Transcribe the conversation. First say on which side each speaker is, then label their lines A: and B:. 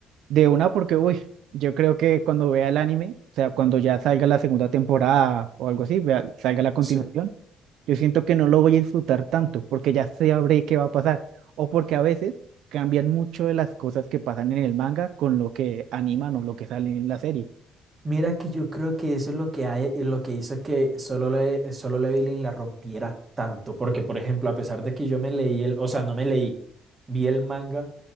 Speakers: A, on the right; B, on the right.
A: De una porque, uy, yo creo que cuando vea el anime, o sea, cuando ya salga la segunda temporada o algo así, vea- salga la continuación,
B: Sí.
A: yo siento que no lo voy a disfrutar tanto porque ya sabré qué va a pasar. O porque a veces cambian mucho de las cosas que pasan en el manga con lo que animan o lo que sale en la serie.
B: Mira que yo creo que eso es lo que hay, es lo que hizo que solo le, solo Leveling la rompiera tanto, porque por ejemplo, a pesar de que yo me leí el, o sea, no me leí, vi el manga,